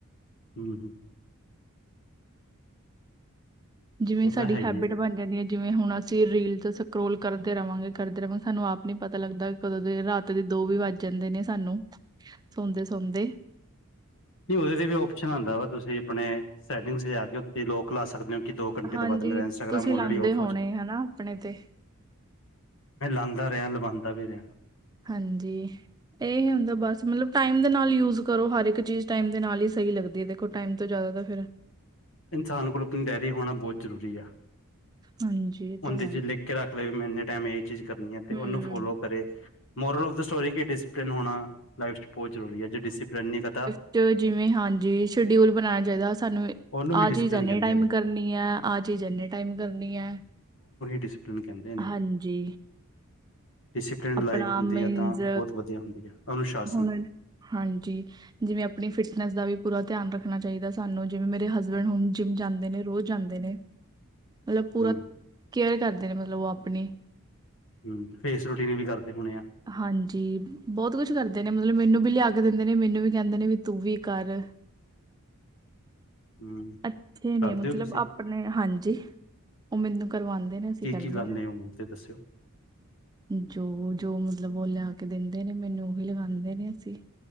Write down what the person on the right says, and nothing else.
ਜਿਵੇਂ
ਸਾਡੀ
ਹੈਬਿਟ
ਬਣ ਜਾਂਦੀ ਏ। ਜਿਵੇਂ ਹੁਣ ਅਸੀਂ ਰੀਲ ਚ ਸਕਰੋਲ ਕਰਦੇ ਰਵਾਂਗੇ-ਕਰਦੇ ਰਵਾਂਗੇ ਸਾਨੂੰ ਆਪ ਨੀ ਪਤਾ ਲੱਗਦਾ ਕਦੋਂ ਦੇ ਰਾਤ ਦੇ ਦੋ ਵੀ ਵੱਜ ਜਾਂਦੇ ਨੇ ਸਾਨੂੰ ਸੌਦੇ-ਸੌਦੇ।
ਹਾਂਜੀ
ਤੁਸੀਂ
ਲਾਂਦੇ
ਹੋਣੇ
ਹਨਾ ਆਪਣੇ ਤੇ
ਹਾਂਜੀ। ਏਹੀ ਹੁੰਦਾ ਬਸ ਮਤਲਬ ਟਾਈਮ ਦੇ ਨਾਲ ਯੂਜ ਕਰੋ ਹਰ ਇੱਕ ਚੀਜ਼ ਟਾਈਮ ਦੇ ਨਾਲ ਈ ਸਈ ਲੱਗਦੀ ਏ ਦੇਖੋ। ਓ ਟਾਈਮ ਤੋਂ ਜਾਦਾ ਤੇ ਫੇਰ
ਹਾਂਜੀ।
ਤਾਂ ਹੈ
ਹਮ
ਚਲੋ ਜਿਵੇਂ ਹਾਂਜੀ ਸ਼ਐਡਿਊਲ ਬਣਾਣਾ ਚਾਇਦਾ ਸਾਨੂੰ
ਆ
ਚੀਜ਼ ਏਨੇ
ਟਾਈਮ
ਕਰਨੀ ਐਂ, ਆ ਚੀਜ਼ ਏਨੇ ਟਾਈਮ ਕਰਨੀ ਐ।
ਹਾਂਜੀ।
ਆਪਣਾ
ਮੀਨਜ਼
ਹੁਣ ਹਾਂਜੀ। ਜਿਵੇਂ ਆਪਣੀ ਫਿਟਨੈਸ ਦਾ ਵੀ ਪੂਰਾ ਧਿਆਨ ਰੱਖਣਾ ਚਾਇਦਾ ਸਾਨੂੰ। ਜਿਵੇਂ ਮੇਰੇ ਹਸਬੈਂਡ ਹੁਣ ਜਿੰਮ ਜਾਂਦੇ ਨੇ ਰੋਜ਼ ਜਾਂਦੇ ਨੇ। ਮਤਲਬ ਪੂਰਾ
ਕੇਅਰ ਕਰਦੇ ਨੇ ਮਤਲਬ ਓ ਆਪਣੀ।
ਹਾਂਜੀ। ਬੋਤ ਕੁਛ ਕਰਦੇ ਨੇ ਮਤਲਬ ਮੈਨੂੰ ਵੀ ਲਿਆ ਕੇ ਦਿੰਦੇ ਨੇ ਮੈਨੂੰ ਵੀ ਕਹਿੰਦੇ ਨੇ ਵੀ ਤੂੰ ਵੀ ਕਰ।
ਅੱਛੇ ਨੇ
ਮਤਲਬ
ਆਪਣੇ ਹਾਂਜੀ ਓ ਮੇਨੂੰ ਕਰਵਾਂਦੇ ਨੇ ਅਸੀਂ
ਕਰਦੇ
ਆਂ।
ਜੋ-ਜੋ ਮਤਲਬ ਓ ਲਿਆ ਕੇ ਦਿੰਦੇ ਨੇ ਮੈਨੂੰ ਓਹੀ ਲਗਾਦੇ ਨੇ ਅਸੀਂ।